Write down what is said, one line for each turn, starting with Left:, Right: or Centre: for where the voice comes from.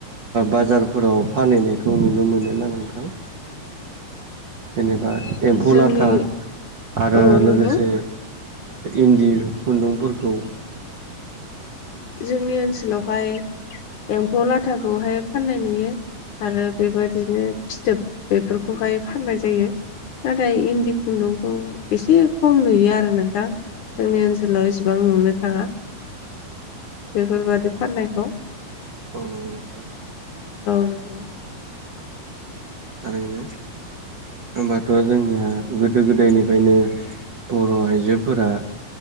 Right: बाजारफोराव फानहैनायखौ नुनो मोनो ना नोंथां।
Left: <inaudible>
Right: जेनेबा एमफौ
Left: जोंनि
Right: लाथा आरो
Left: औ नंगौ
Right: लोगोसे इन्दि खुन्दुंफोरखौ।
Left: जोंनि ओनसोलावहाय एमफौ लाथाखौहाय फाननाय नुयो। आरो बेबादिनो फिथोब बेफोरखौहाय फाननाय जायो। नाथाय इन्दि खुन्दुंखौ एसे खम नुयो आरो नोंथां। जोंनि ओनसोलाव इसेबां नुनो थाङा। बेफोरबादि फाननायखौ
Right: औ नंगौ नोंथां
Left: औ नंगौ
Right: थारैनो होमबाथ' जोंनिया गोदो गोदायनिफ्रायनो बर' आइजोफोरा